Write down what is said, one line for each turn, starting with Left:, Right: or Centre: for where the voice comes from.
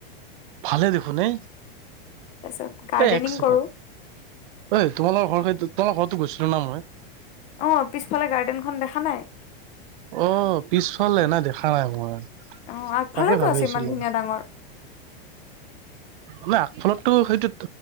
Right: ভালে দেখোন এই।
Left: তাৰপিছত গাৰ্ডেনিং
Right: এই এক ছেকেণ্ড
Left: কৰোঁ।
Right: ঐ তোমালোকৰ ঘৰ সেইটো তোমালোকৰ ঘৰতো গৈছিলো ন' মই?
Left: অ', পিছফালে গাৰ্ডেনখন দেখা নাই?
Right: অ', পিছফালে নাই দেখা নাই মই।
Left: অ', আগফালেওটো
Right: তাকে ভাবি
Left: আছে
Right: আছিলো
Left: ইমান ধুনীয়া ডাঙৰ।
Right: মানে আগফালতটো সেইটো